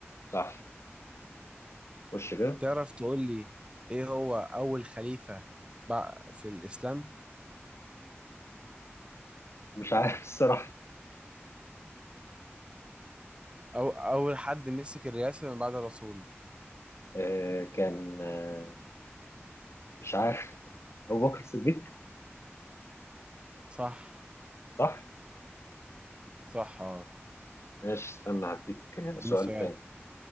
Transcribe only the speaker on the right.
تعرف تقول لي إيه هو أول خليفة بقى في الإسلام
أو أول حد مسك الرئاسة من بعد الرسول
صح
صح اه
اديني
سؤال